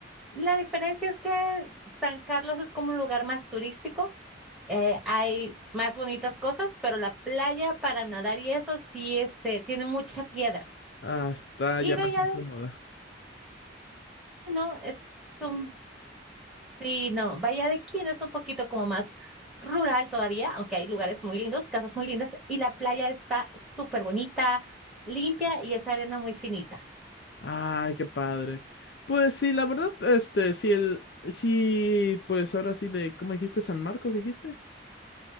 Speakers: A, in the centre; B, on the left.
A: La diferencia es que San Carlos es como un lugar más turístico, eh, hay más bonitas cosas, pero la playa para nadar y eso sí, este, tiene mucha piedra.
B: Ah, está
A: Y
B: ya
A: Bahía
B: más incómoda.
A: de Quino es es un Sí, no, Valladolid es un poquito como más rural todavía, aunque hay lugares muy lindos, casas muy lindas, y la playa está súper bonita, limpia y es arena muy finita.
B: Ay, qué padre. Pues sí, la verdad, este, sí, el, sí, pues ahora sí de, ¿cómo dijiste? San Marcos, dijiste.